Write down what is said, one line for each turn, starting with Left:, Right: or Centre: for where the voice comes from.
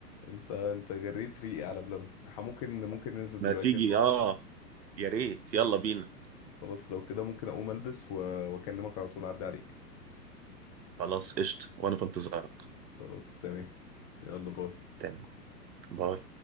Left: انت انت جريت ريقي على بلبن ح- ممكن ممكن ننزل
Right: ما
Left: دلوقتي
Right: تيجي
Left: نروح
Right: اه يا ريت يلا بينا
Left: خلاص لو كده ممكن اقوم البس و- واكلمك على طول اعدي عليك
Right: خلاص قشطه وانا في انتظارك
Left: خلاص تمام يلا باي
Right: تمام باي